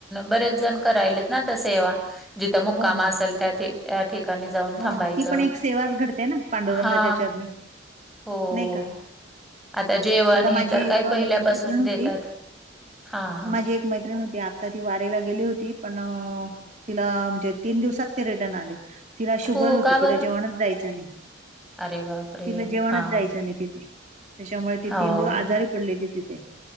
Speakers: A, in the centre; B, on the right (about 35°).
A: बरेचजण करायलेत ना आता सेवा जिथं मुक्काम
B: हो ना
A: असेल त्यात त्या ठिकाणी जाऊन
B: हो
A: थांबायचं
B: ती पण एक सेवाच घडते ना पांडुरंगाच्या
A: हा
B: चरणी
A: हो
B: नाही का
A: आता जेवण
B: आता
A: हे
B: माझी
A: तर
B: एक
A: काय
B: म्हणजे
A: पहिल्यापासून
B: मैत्रिण होती
A: देतात हा ह
B: माझी एक मैत्रीण हूती आत्ता ती वारीला गेली होती पण तिला म्हणजे तीन दिवसात ती रिटर्न आली तिला शुगर
A: हो
B: होती
A: का बरं
B: तिला जेवणच जायचं नाही.
A: अरे बापरे
B: तिला जेवणच
A: हा
B: जायचं नाइ तिथे त्याच्यामुळ ते
A: हो
B: तीन दिवस आजारी पडली ती तिथे